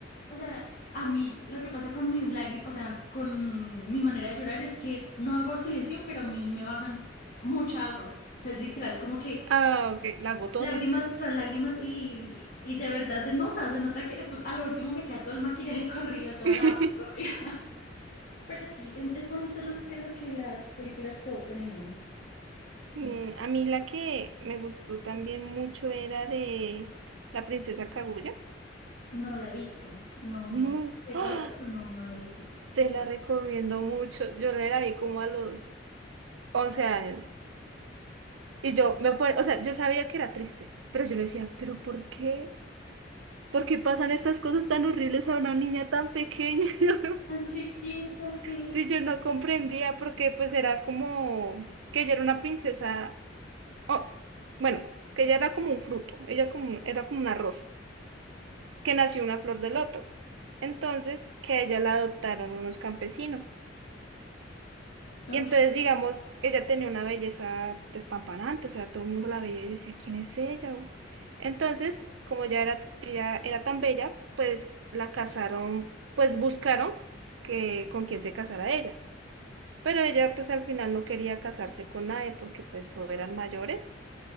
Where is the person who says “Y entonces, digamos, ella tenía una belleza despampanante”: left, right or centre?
Right